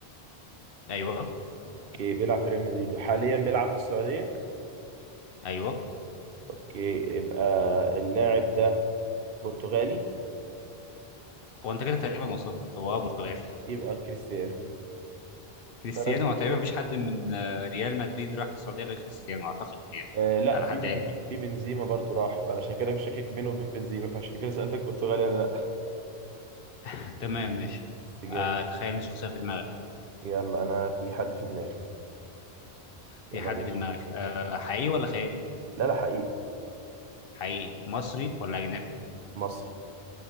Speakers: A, on the left; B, on the right.
A: ايوه
B: اوكي بيلعب في ريال مدريد وحاليا بيلعب في السعودية
A: ايوه
B: اوكي يبقى اللاعب ده برتغالي
A: هو انت كده تقريبا وصلت هو آه برتغالي
B: يبقى كريستيانو
A: كريستيانو
B: فأنا كنت-
A: هو تقريبا مفيش حد من آه، ريال مدريد راح السعوديه غير كريستيانو اعتقد يعني
B: آه لا
A: على
B: في
A: حد
B: بن...
A: علمي
B: في بنزيما برضو راح فانا عشان كده مش شاكك بينه وبين بنزيما فعشان كده سألتك برتغالي ولا لا
A: <laughs> تمام ماشي
B: بس جامد
A: آه تخيل انت شخصيه في دماغك
B: يلا انا في حد في دماغي يلا
A: في حد
B: يا باشا
A: في دماغك آه حقيقي ولا خيالي
B: لا لا حقيقي
A: حقيقي مصري ولا اجنبي
B: مصري